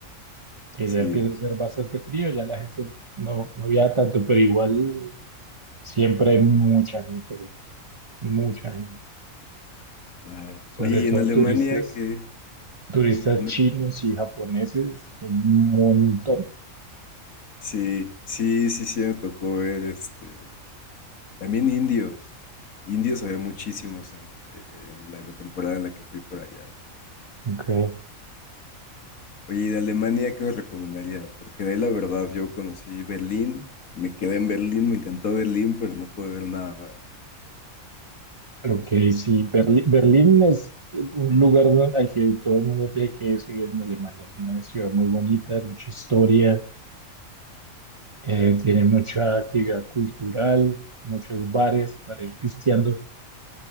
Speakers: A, on the right (about 40°); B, on the left (about 90°).
A: que
B: Sí,
A: ya empieza a ser bastante frío, ya la gente no, no viaja tanto, pero igual siempre hay mucha gente, güey, mucha gente.
B: claro.
A: Sobre
B: Oye,
A: todo
B: ¿y en Alemania
A: turistas,
B: qué?
A: turistas
B: ¿Mande?
A: chinos y japoneses, un montón.
B: Sí, sí, sí, sí, me tocó ver este. También indios. Indios había muchísimos en, en la temporada en la que fui por allá.
A: Ok.
B: Oye, ¿y de Alemania qué nos recomendarías? Porque de ahí la verdad yo conocí Berlín, me quedé en Berlín, me encantó Berlín, pero no pude ver nada más.
A: Ok, sí, Berlín, Berlín es un lugar don- al que todo el mundo tiene que ir si vive en Alemania. Es una ciudad muy bonita, mucha historia, eh, tiene mucha actividad cultural, muchos bares para ir pisteando.